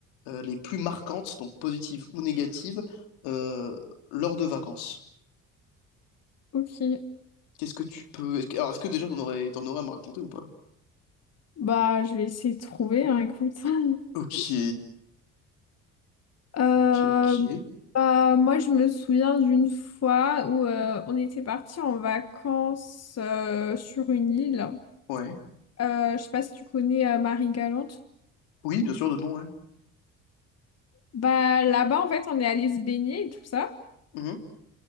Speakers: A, on the left (about 75°); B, on the left (about 40°).
A: euh, les plus marquantes, donc positives ou négatives, euh, lors de vacances.
B: Ok,
A: Qu'est-ce que tu peux... Est-ce que, alors, est-ce que déjà, t'en aurais, t'en aurais à me raconter ou pas?
B: bah je vais essayer de trouver, hein, écoute. <laughs>
A: Ok,
B: Euh,
A: ok, ok.
B: bah, moi je me souviens d'une fois où euh, on était parti en vacances euh, sur une île.
A: Ouais.
B: Euh, je sais pas si tu connais euh, Marie-Galante.
A: Oui, bien sûr, de nom, ouais.
B: Bah là-bas en fait on est allé se baigner et tout ça.
A: Mhm.